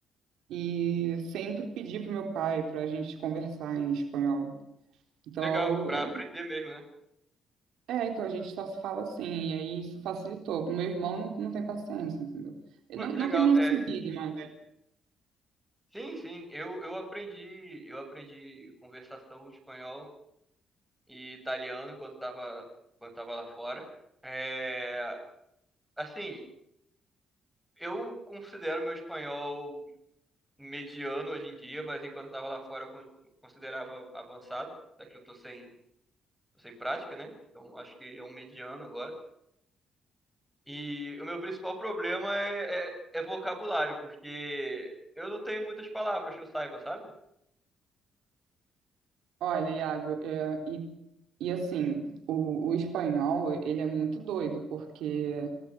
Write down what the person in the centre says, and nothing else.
Legal, pra aprender mesmo, né?
Pô,
que
legal.
É,
sim, sim, eu, eu aprendi, eu aprendi conversação em espanhol. e italiano enquanto tava, enquanto tava lá fora. É, assim, eu considero meu espanhol mediano hoje em dia, mas enquanto eu tava lá fora eu con- considerava avançado, só que eu tô sem, tô sem prática, né? Então acho que é um mediano agora. E o meu principal problema é, é, é vocabulário, porque eu não tenho muitas palavras que eu saiba, sabe?